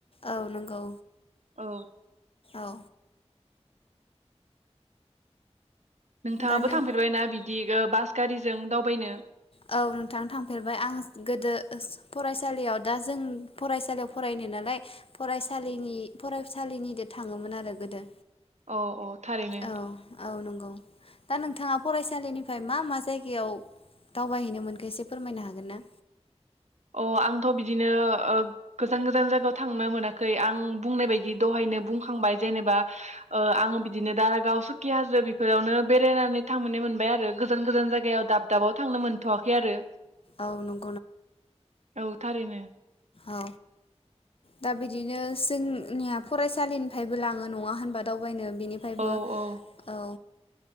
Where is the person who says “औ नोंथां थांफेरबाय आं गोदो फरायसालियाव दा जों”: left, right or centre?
Left